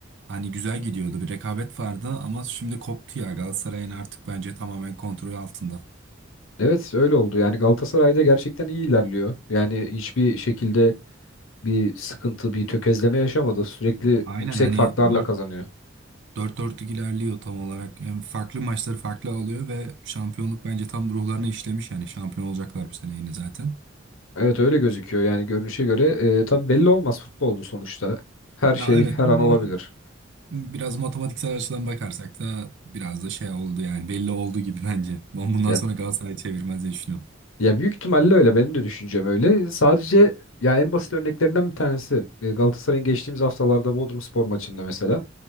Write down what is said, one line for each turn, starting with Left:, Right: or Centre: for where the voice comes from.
Right: hani güzel gidiyordu. Bir rekabet vardı ama şimdi koptu ya Galatasaray'ın artık bence tamamen kontrol altında.
Left: Evet öyle oldu. Yani Galatasaray'da gerçekten iyi ilerliyor. Yani hiçbir şekilde bir sıkıntı, bir tökezleme yaşamadı. Sürekli
Right: Aynen
Left: yüksek
Right: hani
Left: farklarla
Right: dört
Left: kazanıyor.
Right: dört 4lük ilerliyor tam olarak. Hem farklı maçları farklı alıyor ve şampiyonluk bence tam ruhlarına işlemiş yani şampiyon olacaklar bu sene yine zaten.
Left: Evet öyle gözüküyor yani görünüşe göre. E, tabii belli olmaz futbol bu sonuçta. Her şey
Right: Ya evet
Left: her
Right: ama
Left: an olabilir.
Right: biraz matematiksel açıdan bakarsak da biraz da şey oldu yani belli oldu gibi bence. Ben bundan
Left: Ya,
Right: sonra Galatasaray'ı çevirmez diye düşünüyorum.
Left: ya büyük ihtimalle öyle benim de düşüncem öyle. Sadece ya en basit örneklerinden bir tanesi e, Galatasaray'ın geçtiğimiz haftalarda Bodrumspor maçında mesela.